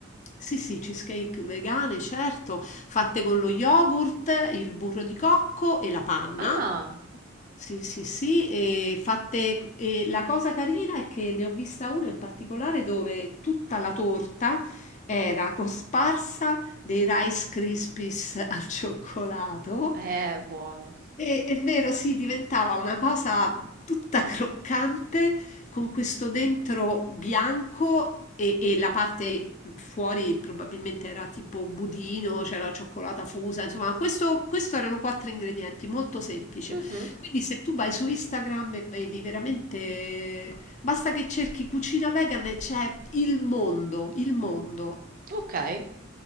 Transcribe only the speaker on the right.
Ah,
è buono.
Mhm.
Ok,